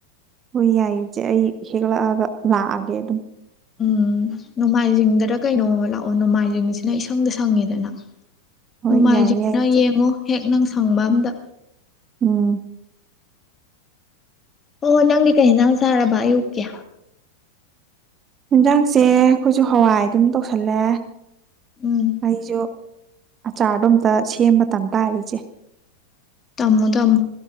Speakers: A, on the right; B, on the left.
A: ꯍꯣꯏ ꯌꯥꯏꯌꯦ ꯏꯆꯦ ꯑꯩ ꯍꯦꯛꯂꯛꯑꯒ ꯂꯥꯛꯑꯒꯦ ꯑꯗꯨꯝ
B: ꯎꯝ ꯅꯣꯡꯃꯥꯏꯖꯤꯡꯗꯔ ꯀꯩꯅꯣ ꯂꯥꯛꯑꯣ ꯅꯣꯡꯃꯥꯏꯖꯤꯡꯁꯤꯅ ꯏꯁꯪꯗ ꯁꯪꯉꯦꯗꯅ
A: ꯍꯣꯏ
B: ꯅꯣꯡꯃꯥꯏꯖꯤꯡꯅ
A: ꯌꯥꯏꯌꯦ ꯌꯥꯏꯌꯦ ꯏꯆꯦ
B: ꯌꯦꯡꯉꯨ ꯍꯦꯛ ꯅꯪ ꯁꯪꯕꯥꯝꯗ
A: ꯎꯝ
B: ꯑꯣꯍꯣ ꯅꯪꯗꯤ ꯀꯩꯟ ꯅꯥꯡ ꯁꯥꯔꯕ ꯑꯌꯨꯛꯀꯦ
A: ꯌꯦꯟꯖꯥꯡꯁꯦ ꯑꯩꯈꯣꯏꯁꯨ ꯍꯋꯥꯏ ꯑꯗꯨꯝ ꯇꯧꯁꯜꯂꯦ
B: ꯎꯝ
A: ꯑꯩꯁꯨꯣ ꯑꯆꯥꯔꯗꯣ ꯑꯝꯇ ꯁꯦꯝꯕ ꯃꯇꯝ ꯇꯥꯔꯤꯆꯦ
B: ꯇꯃꯨ ꯇꯃꯨ